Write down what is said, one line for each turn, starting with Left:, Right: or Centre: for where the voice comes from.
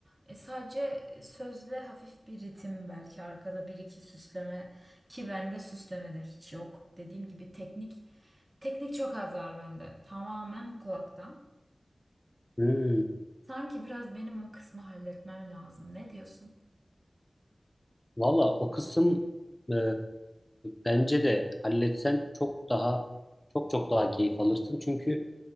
Right: E, sadece sözle hafif bir ritim belki arkada bir iki süsleme ki bende süsleme de hiç yok. Dediğim gibi teknik teknik çok az var bende. Tamamen kulaktan.
Left: Hı.
Right: Sanki biraz benim o kısmı halletmem lazım. Ne diyorsun?
Left: Valla o kısım e, bence de halletsen çok daha çok çok daha keyif alırsın. Çünkü